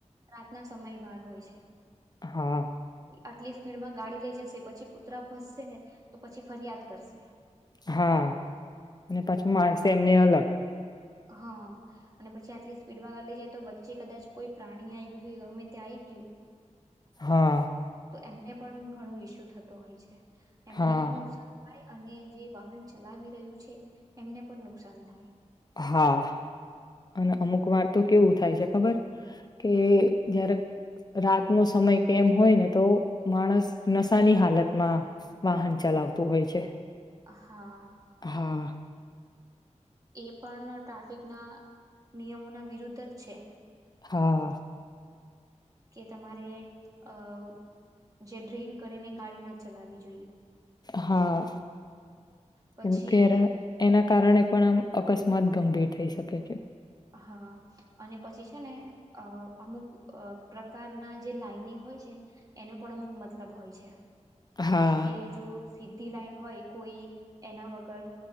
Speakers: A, on the right; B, on the left.
A: રાતના સમય બહાર હોય છે.
B: હા.
A: આટલી સ્પીડમાં ગાડી લઈ જશે પછી કૂતરા ભસશે તો પછી ફરિયાદ કરશે.
B: હા અને પાછું મારસે એમને અલગ.
A: હા અને પછી આટલી સ્પીડમાંગળ લઈ જાય તો વચ્ચે કદાચ કોઈ પ્રાણી આઈ ગયું કે ગમે ત્યાં આઈ ગયું
B: હા.
A: તો એમને પણ ઘણું ઈસ્યુ થતો હોય છે. એમને
B: હા
A: પણ નુકસાન થાય અને જે વાહન ચલાવી રહ્યું છે એમને પણ નુકસાન થાય.
B: હા અને અમુક વાર તો કેવું થાય છે ખબર કે જ્યારે રાતનો સમય કેમ હોય ને તો માણસ નશાની હાલતમાં વાહન ચલાવતું હોય છે.
A: હા.
B: હા.
A: એ પણ ટ્રા ફિક ના નિયમોના વિરુદ્ધ જ છે.
B: હા.
A: કે તમારે અહ જે ડ્રિક કરીને ગાડી ના ચલાવી જો
B: હા.
A: પછી
B: કેમ કે રે એના કારણે પણ આમ અકસ્માત ગંભીર થઈ શકે છે.
A: હા અને પછી છે ને અહ અમુક અહ પ્રકારના જે લાઈનિંગ હોય છે એનો પણ અમુક મતલબ હોય છે.
B: હા
A: કે જો સીધી લાઈન હોય કોઈ એના વગર